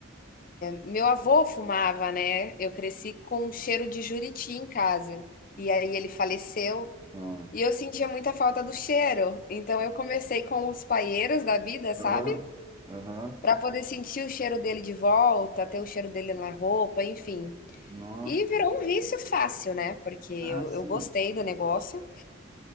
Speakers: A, on the left; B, on the right.
A: Meu avô fumava, né? Eu cresci com um cheiro de juriti em casa, e aí ele faleceu.
B: Ó.
A: E eu sentia muita falta do cheiro, então eu comecei com os paieiros da vida, sabe?
B: Aham. Aham.
A: Pra poder sentir o cheiro dele de volta, ter o cheiro dele na roupa, enfim.
B: Nossa.
A: E virou um vício fácil, né? Porque eu,
B: Ah, sim.
A: eu gostei do negócio